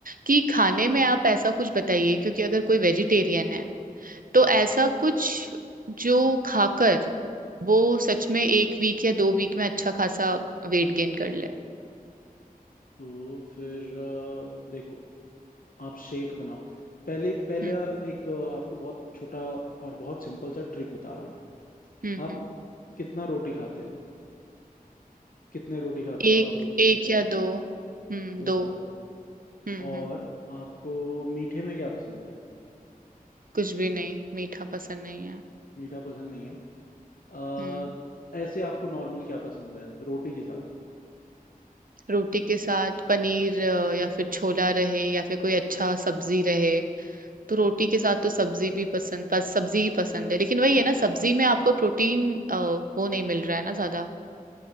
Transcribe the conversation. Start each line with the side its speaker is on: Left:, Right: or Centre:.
Right: कि खाने में आप ऐसा कुछ बताइए क्योंकि अगर कोई वेजिटेरियन है तो
Left: हम्म,
Right: ऐसा कुछ जो खाकर वो सच में एक वीक या दो वीक में अच्छा खासा वेट गेन कर ले
Left: तो फिर अ, देखो आप शेक बनाओ पहले पहला
Right: हम्म
Left: एक अ, आपको बहुत छोटा और बहुत सिंपल सा ट्रिक बता रहा हूँ मैं
Right: हम्म
Left: आप
Right: हम्म
Left: कितना रोटी खाते हो कितने रोटी खाते
Right: एक
Left: हो आप एक,
Right: एक
Left: एक बार
Right: या
Left: में
Right: दो हम्म
Left: दो
Right: दो
Left: खाते हो
Right: हम्म
Left: और
Right: हम्म
Left: आपको मीठे में क्या पसंद है
Right: कुछ भी नहीं मीठा पसंद नहीं है
Left: मीठा पसंद नहीं है अ,
Right: हम्म
Left: ऐसे आपको नॉर्मल क्या पसंद है रोटी के साथ
Right: रोटी के साथ पनीर अ, या फिर छोला रहे या फिर कोई अच्छा सब्जी रहे तो रोटी के साथ तो सब्जी भी पसंद पस, सब्जी ही पसंद है लेकिन वही है ना सब्जी में आपको प्रोटीन अ, वो नहीं मिल रहा है ना ज्यादा